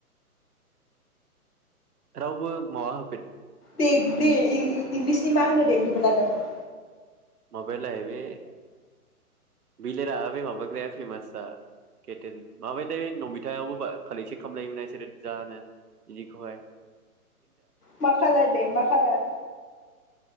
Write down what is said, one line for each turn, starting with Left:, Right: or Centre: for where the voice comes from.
Right: रावबो मावा
Left: दे दे इं-इं-इंलिसनि मा होनो दे गोबोर लादाखौ।
Right: माबायालाय बे बिलाय रा बे माब बाग्राया फेमासा केथेन माबानाय नमिथायावबो बा खालेकसन खालामनायमोनना इसोरो बुजानो इनिखौहाय
Left: मा खालार दे मा खालार